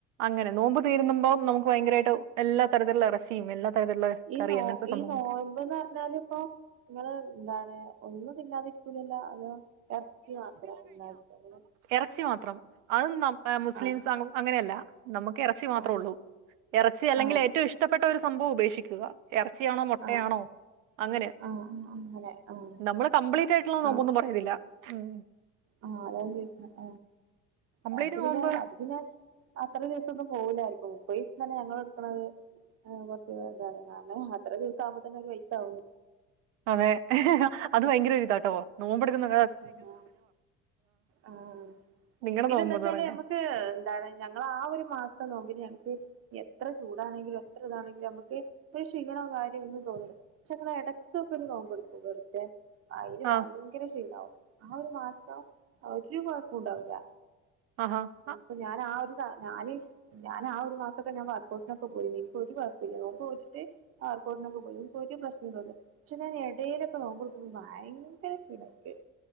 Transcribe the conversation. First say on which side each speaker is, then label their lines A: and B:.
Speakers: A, on the right (about 80°); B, on the right (about 35°).
A: അങ്ങനെ നോമ്പ് തീരുമ്പം നമുക്ക് ഭയങ്കരായിട്ട് എല്ലാ തരത്തിലുള്ള എറച്ചിയും എല്ലാ തരത്തിലുള്ള
B: ഈ
A: കറി
B: നോ
A: അങ്ങനത്തെ സംഭവങ്ങളൊക്കെ
B: ഈ നോയമ്പ്ന്ന് പറഞ്ഞാല് ഇപ്പോ നിങ്ങള് എന്താണ് ഒന്നും തിന്നാതിരിക്കൂലല്ലോ അതോ എറച്ചി മാത്രം തിന്നാതിരിക്കല് ലേ
A: എറച്ചി മാത്രം അതും മുസ്ലിംസ്
B: ആഹ്
A: അങ്ങനെയല്ല നമുക്ക് ഇറച്ചി മാത്രേ
B: ആഹ്
A: ഉള്ളൂ. ഇറച്ചി അല്ലെങ്കിൽ
B: ആഹ്
A: ഏറ്റവും ഇഷ്ടപ്പെട്ട ഒരു സംഭവം ഉപേക്ഷിക്കുക എറച്ചിയാണോ മൊട്ടയാണോ
B: ആഹ്
A: അങ്ങനെ
B: ആഹ് ആഹ് അങ്ങനെ ആഹ്
A: നമ്മള് കംപ്ലീറ്റായിട്ടുള്ള നോമ്പൊന്നും
B: ആഹ്
A: പറയണില്ല ഉം
B: ആഹ് അതാണ് <unintelligible>
A: കംപ്ലീറ്റ്
B: ആഹ് അത്
A: നോമ്പ്
B: പിന്നെ അത് പിന്നെ അത്രയും ദിവസൊന്നും പോവൂലായിരിക്കും ട്രീറ്റ്മെന്റ് നടന്നോണ്ടിരിക്കണത് ആഹ് കൊർച്ച ഒരു ഇതാണ്, കാരണം അത്ര ദിവസാവുമ്പ തന്നെ ഒരു വയിക്കാവും
A: അതെ അത് ഭയങ്കര ഇതാട്ടോ നോമ്പെടുക്കുന്ന
B: ആഹ് ആഹ്
A: നിങ്ങടെ
B: ഇതെന്താച്ചാല്
A: നോമ്പെന്ന് പറയുന്നേ
B: നമ്മക്ക് ഇതാണ്, ഞങ്ങള് ആ ഒരു മാസ്ത്തെ നോമ്പ്ന് ഞങ്ങക്ക്. എത്ര ചൂടാണെങ്കിലും എത്ര ഇതാണെങ്കിലും നമുക്ക് ഒരു ക്ഷീണോ കാര്യോ ഒന്നും തോന്നൂല പക്ഷെ ഇങ്ങള് എടയ്ക്കൊക്കെ ഒരു നോമ്പ് ഇട്ക്കും വെർതെ അയിന്
A: ആ
B: ഭയങ്കര ക്ഷീണാവും ആ ഒരു മാസം ഒരു കൊഴപ്പോം ഉണ്ടാവില്ല
A: ആഹാ ഹ
B: അപ്പൊ ഞാൻ ആ ഒരു സാഹചര്യം ഞാൻ ആ ഒരു മാസൊക്കെ ഞാൻ വർകൗട്ടിനൊക്കെ പോയിരുന്നു എനിക്ക് ഒരു കൊഴപ്പുല്ല നോമ്പ് നോറ്റ്ട്ട് ആർക്കോട്ടിനൊക്കെ പോയിനി എനിക്ക് ഒരു പ്രശ്നൊന്നല്ല പക്ഷെ ഞാൻ എടയിലൊക്കെ നോമ്പ് എടുക്കുമ്പോ ഭയങ്കര ക്ഷീണായിരിക്കും.